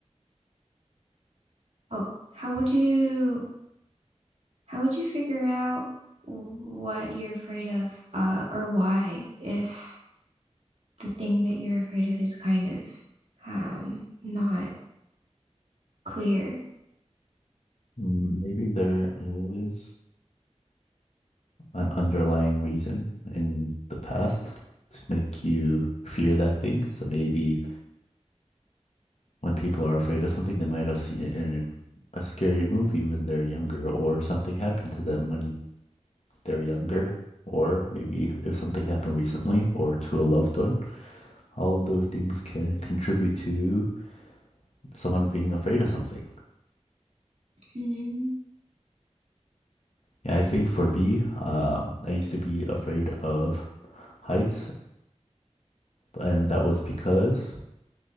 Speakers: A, on the right; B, on the left.
A: Oh, how would you, how would you figure out what you're afraid of, uh, or why if the thing that you're afraid of is kind of, um, not clear?
B: Mm, Maybe there is. an underlying reason in the past to make you fear that thing. So maybe when people are afraid of something, they might have seen it in a scary movie when they're younger, or something happened to them when they're younger, or maybe if something happened recently or to a loved one. All of those things can contribute to someone being afraid of something.
A: Hmm.
B: Yeah, I think for me, um, I used to be afraid of heights, and that was because